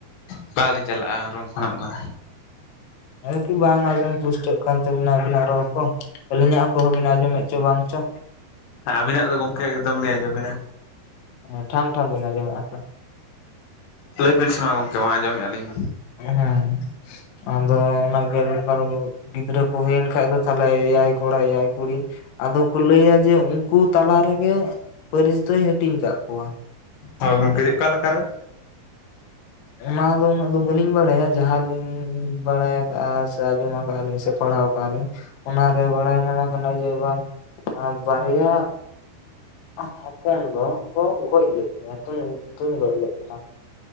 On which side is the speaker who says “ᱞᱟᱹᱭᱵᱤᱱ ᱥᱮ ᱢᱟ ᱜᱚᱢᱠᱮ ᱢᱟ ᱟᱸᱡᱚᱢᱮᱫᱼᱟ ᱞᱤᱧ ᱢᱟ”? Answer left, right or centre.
Left